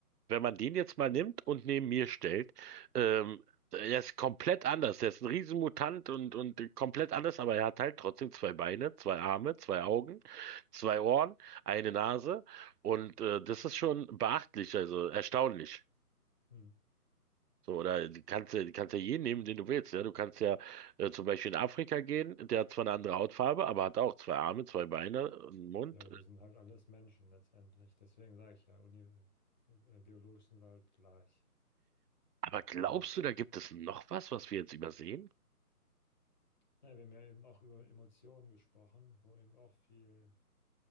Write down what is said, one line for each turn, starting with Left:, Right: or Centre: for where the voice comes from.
Right: wenn man den jetzt mal nimmt und neben mir stellt, ähm, er ist komplett anders. Er ist ein Riesenmutant und, und komplett anders, aber er hat halt trotzdem zwei Beine, zwei Arme, zwei Augen, zwei Ohren, eine Nase und äh, das ist schon beachtlich, also erstaunlich.
Left: Mhm.
Right: So, oder du kannst, ja- du kannst ja jeden nehmen, den du willst. Ja? Du kannst ja äh, zum Beispiel in Afrika gehen, der hat zwar eine andere Hautfarbe, aber hat auch zwei Arme, zwei Beine, einen Mund.
Left: Ja, wir sind halt alles Menschen letztendlich. Deswegen sage ich ja, uni äh, biologisch sind wir halt gleich.
Right: Aber glaubst
Left: Und
Right: du, da gibt es noch was, was wir jetzt übersehen?
Left: naja, wir haben ja eben auch über Emotionen gesprochen, wo eben auch viel